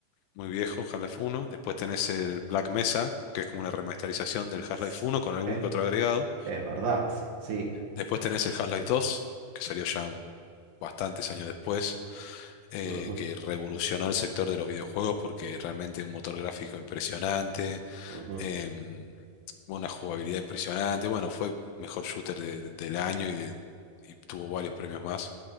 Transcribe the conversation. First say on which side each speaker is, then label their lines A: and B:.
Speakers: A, on the left (about 80°); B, on the right (about 70°).
A: muy viejo, Half-Life Uno, Después tenés el Black Mesa, que es como una remasterización del Half-Life
B: S-
A: Uno con algún
B: Es,
A: que otro agregado.
B: es verdad, sí. Sí.
A: Después tenés el Half-Life 2 que salió ya un- bastantes años después, eh,
B: Ujú,
A: que revolucionó el sector de los videojuegos porque realmente un motor gráfico impresionante
B: ujú.
A: em, una jugabilidad impresionante. Bueno, fue mejor shooter de- de- del año y, de- y tuvo varios premios más,